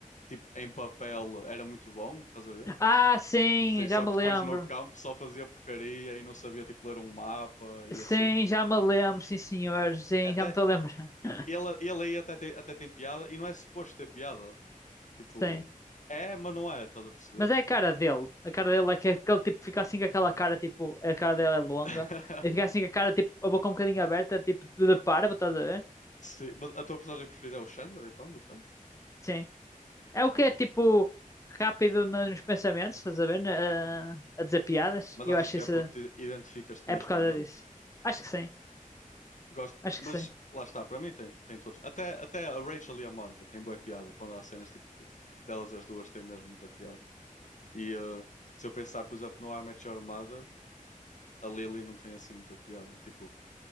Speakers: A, on the left; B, on the left.
A: tipo em papel, era muito bom, estás a ver?
B: Ah, sim,
A: Sim,
B: já
A: só
B: me
A: que
B: lembro.
A: depois no campo só fazia porcaria e não sabia tipo ler um mapa e
B: Sim,
A: assim.
B: já me lembro, sim, senhor. Sim,
A: Até
B: já me estou a lembrar. <laughs>
A: ele, ele aí até tem, até tem piada e não é suposto ter piada. Tipo,
B: Sim.
A: é, mas não é, estás a perceber?
B: Mas é a cara dele. A cara dele é que é aquele tipo fica assim com aquela cara, tipo, a cara dele é longa.
A: <laughs>
B: Ele fica assim com a cara, tipo, a boca um bocadinho aberta, tipo, de parvo, estás a ver?
A: Sim, mas a tua personagem preferida é o Chandler, então, do Friends?
B: Sim. É o que é, tipo, rápido no- nos pensamentos, estás a ver? Na- A, a dizer piadas.
A: Mas
B: E
A: achas
B: eu acho
A: que
B: isso.
A: é porque te identificas-te mais
B: É por
A: com
B: causa
A: ele?
B: disso. Acho que sim.
A: Gosto,
B: Acho
A: mas
B: que sim.
A: lá está, para mim tem, tem todos. Até, até a Rachel e a Mónica têm boa piada, quando há cenas tipo delas as duas têm mesmo muita piada. E eh, se eu pensar, por exemplo, no How I Met Your Mother, a Lily não tem assim muita piada. Tipo,